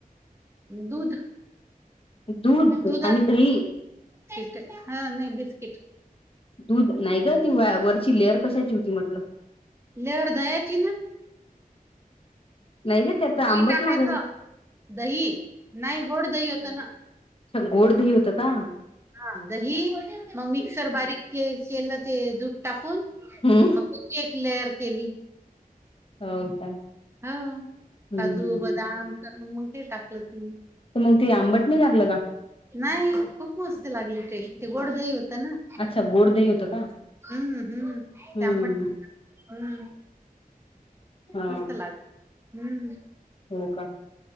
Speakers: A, on the right; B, on the left.
A: दूध
B: दूध
A: दुधात
B: आणि दही
A: बिस्किट हा नाही बिस्किट
B: दूध नाही ग ती व वरची लेअर कशाची होती म्हटलं
A: लवर दयाची ना
B: नाही का त्यात
A: दही
B: आंबट
A: टाकायचं
B: नागल
A: दही नाही गोड दही होतं ना
B: अछा गोड दही होतं का
A: हा दही मग मिक्सर बारीक के केलं ते दूध टाकून
B: हम्म
A: मग एक लेअर केली
B: हो का
A: ह
B: हम्म
A: काजू
B: हम्म.
A: बदाम सर्व मग ते टाकलं तीनी
B: त मग ते आंबट नि लागलं का
A: नाही खूप मस्त लागली टेस्ट गोड दही होत ना
B: अच्छा गोड दही होतं का
A: हम्म हम्म
B: हम्म
A: ते आंबट हम्म
B: हा
A: मस्त लाग हम्म
B: हो का